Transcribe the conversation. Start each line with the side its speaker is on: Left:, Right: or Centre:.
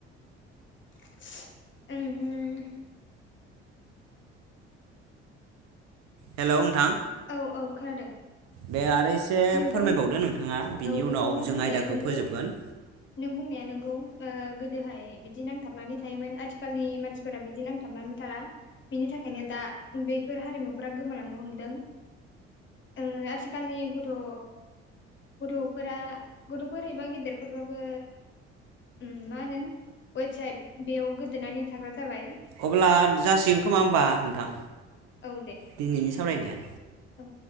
Left: <unintelligible>
Right: हेलौ नोंथां
Left: औ औ खोनादों
Right: दे आरो एसे
Left: नोंगौ
Right: फोरमायबावदो नोंथाङा बिनि
Left: औ नोंगौ
Right: उनाव
Left: नों
Right: जों
Left: बुंनाया
Right: आयदाखौ
Left: नोंगौ
Right: फोजोबगोन।
Left: नों बुंनाया नोंगौ ओ गोदोहाय बिदि नांथाबनानै थायोमोन आथिखालनि मानसिफोरा बिदि नांथाबनानै थाला बिनि थाखाय नो दा बेफोर हारिमुफोरा गोमालांनो हमदों ओ आथिखालनि ग थ' गथ'फोरा गथ'फोर एबा गेदेरफोरबाबो उम मा होनो वेबसाइट बेयाव गोदोनानै थाग्रा जाबाय
Right: अब्ला जासिगोन खोमा होमबा नोंथां
Left: औ दे
Right: दिनैनि सावरायनाया
Left: औ